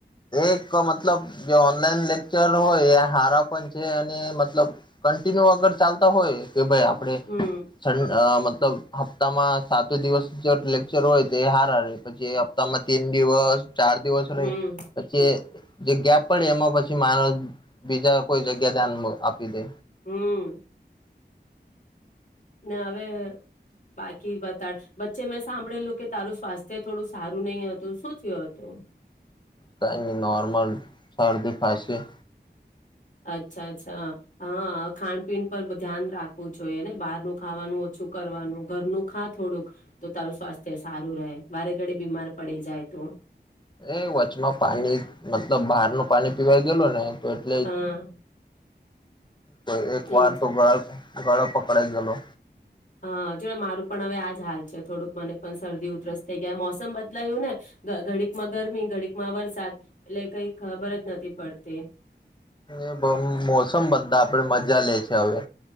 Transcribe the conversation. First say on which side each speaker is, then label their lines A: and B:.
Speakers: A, on the left; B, on the left.
A: એક ક મતલબ જે ઓનલાઈન લેક્ચર <unintelligible> હોય, એ હારા પણ છે અને એ મતલબ કન્ટિન્યુ અગર ચાલ તા હોય કે ભાઈ આપણે
B: હમ
A: <unintelligible> મતલબ હપ્તામાં સાતુ દિવસ લેક્ચર હોય તો એ હારા રે, પછી એ હપ્તામાં તીન દિવસ ચાર દિવસ
B: હમ
A: રેય પછી એ જે ગેપ પડે એમાં પછી માણસ બીજા કોઈ જગ્યા ધ્યાન આપી દે.
B: હમ્મ, ને અવે બાકી બતાળ, વચ્ચે મેં સાંભળેલું કે તારું સ્વાસ્થ્ય થોડું સારું નહી હતું, શું થ્યું હતું?
A: કઈ ની નોર્મલ શરદી, ખાંસી.
B: અચ્છા, અચ્છા હા, ખાનપીણ પર બ ધ્યાન રાખવું જોઈએને, બહારનું ખાવાનું ઓછું કરવાનું, ઘરનું ખાં થોડુંક તો તારું સ્વાસ્થ્ય સારું રહે, વારે ઘડી બીમાર પડી જાય તું.
A: એ વચમાં પાણી, મતલબ બહાર નું પાણી પીવાય ગયલું ને તો એટલે,
B: હા
A: તો એક વાર
B: એજ
A: તો ગાલ ગળો પકડાઈ ગેલો.
B: હાં, જોએ મારું પણ હવે આજ હાલ છે, થોડુંક મને પણ શરદી, ઉધરસ થઈ ગયા મોસમ બદલાયું ને, ઘડીકમાં ગરમી, ઘડીકમાં વરસા,. એટલે કંઈ ખબર જ નથી પડતી.
A: એ બહું, મોસમ બધ્ધા આપડે મજા લે છે હવે.